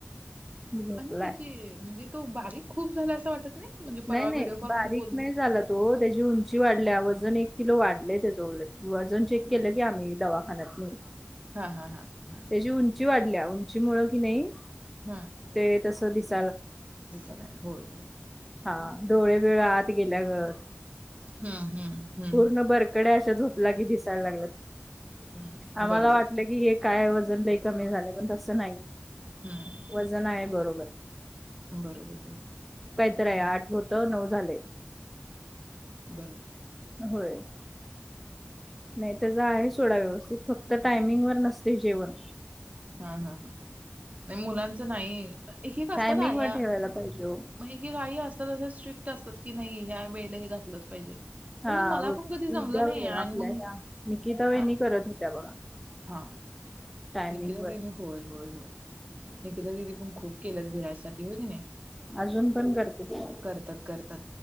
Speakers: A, in the centre; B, on the right.
A: झोपलाय
B: आणि त्याची म्हणजे तो बारीक खूप झालाय असं वाटत नाही? म्हणजे परवा
A: नाही, नाही
B: व्हिडिओ कॉलमध्ये
A: बारीक
B: बोललो.
A: नाही झाला तो. त्या तेजी उंची वाढल्या, वजन एक किलो वाढलंय त्याच उलट. वजन चेक केलं की आम्ही दवाखान्यात नेऊन.
B: हा हा हा हा
A: त्याची उंची वाढल्या. तुमची मुळ की नाही
B: हं.
A: ते तसं दिस
B: दिसत नाही. होय, होय, होय.
A: हा डोळे बीळ आत गेल्या गत.
B: हम्म, हम्म, हम्म.
A: पूर्ण बरकड्या अशा झोपला की दिसायला लागल्यात.
B: हम्म
A: आम्हाला
B: बरोबर
A: वाटलं की हे काय वजन लई कमी झालंय, पण तसं नाही.
B: हम्म
A: वजन आहे बरोबर.
B: बरोबर, बरोबर.
A: तरी आठ होतं नऊ झालंय.
B: <unintelligible> बर
A: होय. नाही, त्याचा आहे सोडा व्यवस्थित फक्त टायमिंग वर नसते जेवण.
B: हा हा हा नाही मुलांचं नाही. एक एक असतात
A: टायमिंग
B: आया
A: वर ठेवायला पाहिजे ओ.
B: म्ह हे काही असतात असे स्ट्रिक्ट असतात की नाही ह्या वेळेला हे घातलंच पाहिजे. पण
A: हा
B: ते मला
A: बोल
B: पण
A: कि
B: कधी जमलं
A: उद्या
B: नाही
A: व
B: आणि
A: आपल्या
B: मग
A: ह्या निकिता वहिणी
B: आ-
A: करत होत्या बघा.
B: हा
A: टायमिंग
B: निकिता
A: वर
B: दिदी होय होय होय. निकिता दिदी, पण खूप केलं विराजसाठी होय की नाही.
A: अजून पण करते ती.
B: करतात करतात